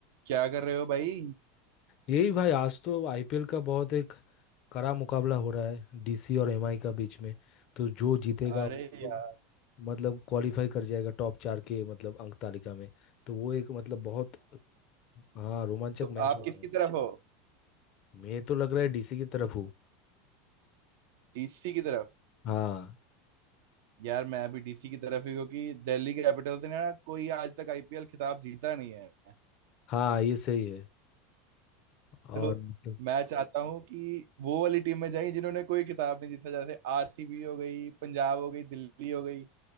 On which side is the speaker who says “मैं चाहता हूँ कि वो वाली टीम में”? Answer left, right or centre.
Right